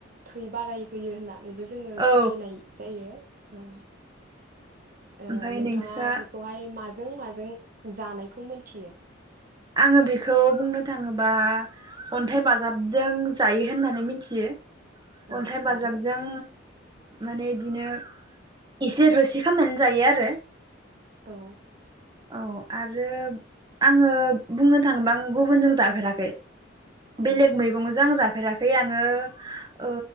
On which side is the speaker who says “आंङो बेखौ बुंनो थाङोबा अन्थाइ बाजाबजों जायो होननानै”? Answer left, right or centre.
Right